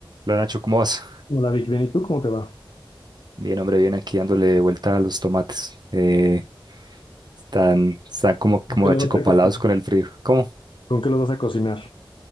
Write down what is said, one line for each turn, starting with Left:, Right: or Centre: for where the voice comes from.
Right: Hola Nacho, ¿cómo vas?
Left: Hola Vic, bien, ¿y tú cómo te va?
Right: Bien, hombre, bien aquí dándole vuelta a los tomates. Eh, están, están como,
Left: ¿Con
Right: como
Left: qué
Right: achicopalados
Left: lo vas a cocinar?
Right: con el frío. ¿Cómo?
Left: ¿Con qué lo vas a cocinar?